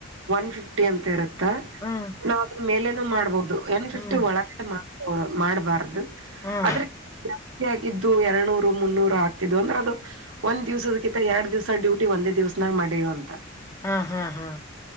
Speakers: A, on the right; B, on the left.
A: ಒನ್ ಫಿಫ್ಟಿ ಅಂತ ಇರುತ್ತಾ
B: ಹ್ಮ್
A: ನಾವವು ಅದನ್ ಮೇಲೆನ ಮಾಡ್ಬೋದು ಒನ್ ಫಿಫ್ಟಿ
B: ಹ್ಮ್
A: ಒಳಗ ಮಾಡ ಮಾಡಬಾರ್ದು
B: ಹ್ಮ್
A: ಅದ್ರಕ್ಕೆ ಆಗಿದ್ದು ಎರಡುನೂರು ಮುನ್ನೂರು ಆಗ್ತಿದ್ದು ಅಂದ್ರೆ ಅದು ಒಂದ್ ದಿವಸಕ್ಕಿ ಎರಡು ದಿವಸ ಡ್ಯೂಟಿ ಒಂದೇ ದಿವ್ಸನಾಗ ಮಾಡೇವ ಅಂತ
B: ಹಾ ಹಾ ಹಾ